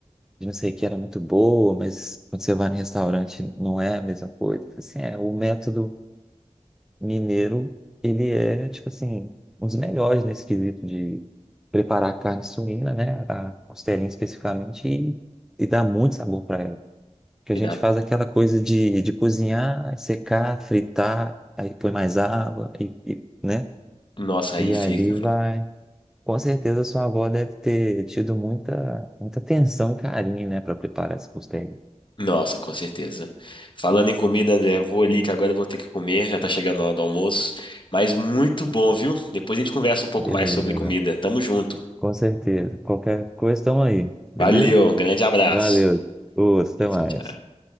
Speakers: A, in the centre; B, on the left (about 45°).
A: de não sei o que era muito boa, mas quando você vai no restaurante não é a mesma coisa. Assim, é, o método mineiro, ele é, tipo assim, um dos melhores nesse quesito de preparar carne suína, né? A costelinha especificamente, e, e dá muito sabor para ela. Porque a
B: Me
A: gente
B: dá-
A: faz aquela coisa de, de cozinhar, secar, fritar, aí põe mais água, e, e, né?
B: Nossa, aí
A: E
B: fica.
A: ali vai. Com certeza sua avó deve ter tido muita, muita atenção e carinho, né, para preparar essa costelinha.
B: Nossa, com certeza. Falando em comida, André, eu vou ali que agora eu vou ter que comer, já tá chegando a hora do almoço. Mas muito bom, viu? Depois a gente conversa um pouco
A: Beleza,
B: mais sobre
A: Gabriel.
B: comida. Tamo junto.
A: Com certeza. Qualquer coisa, estamos aí. Beleza?
B: Valeu, um grande abraço.
A: Valeu. Outro, até mais.
B: Tchau, tchau.